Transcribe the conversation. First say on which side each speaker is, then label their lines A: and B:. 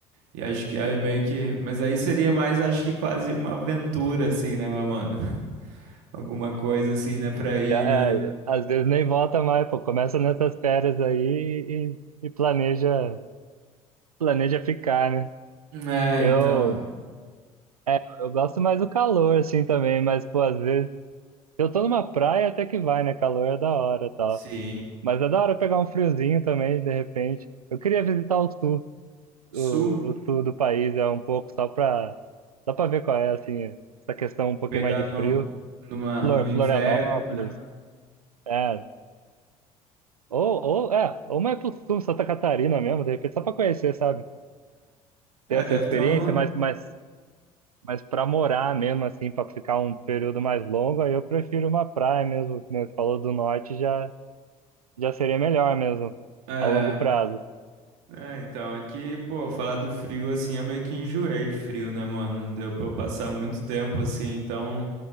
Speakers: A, on the right; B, on the right.
A: E acho que é meio que. Mas aí seria mais, acho que quase uma aventura, assim, né, meu mano? Alguma coisa assim, né? Pra ir
B: já-
A: na.
B: é, às vezes nem volta mais, pô. Começa nessas férias aí e, e- e planeja, planeja ficar, né?
A: É,
B: Eu,
A: então.
B: é, eu gosto mais do calor, assim, também, mas, pô, às vezes, se eu tô numa praia até que vai, né? Calor é da hora e tal.
A: Sim.
B: Mas é da hora pegar um friozinho também, de repente. Eu queria visitar o sul,
A: Sul,
B: o, o sul do país, é um pouco só pra, só pra ver qual é, assim, essa questão um pouquinho
A: pegar
B: mais de frio.
A: no, numa,
B: Flor,
A: no inverno,
B: Florianópolis,
A: né?
B: é. Ou, ou, é, ou mais pro sul, Santa Catarina mesmo, de repente, só pra conhecer, sabe?
A: É,
B: Ter essa
A: é, deve
B: experiência,
A: ter um.
B: mas, mas, mas pra morar mesmo, assim, pra ficar um período mais longo, aí eu prefiro uma praia mesmo, como você falou do norte, já, já seria melhor mesmo,
A: É,
B: a longo prazo.
A: é, então, aqui, pô, falar do frio assim, eu meio que enjoei de frio, né, mano? Deu pra eu passar muito tempo assim, então